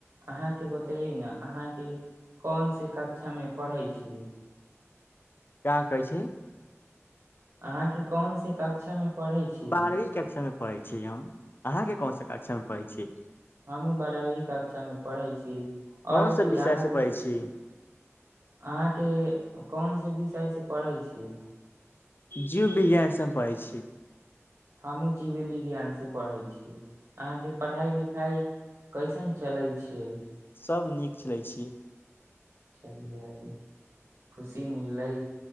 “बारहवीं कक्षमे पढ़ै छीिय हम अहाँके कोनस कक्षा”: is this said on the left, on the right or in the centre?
Left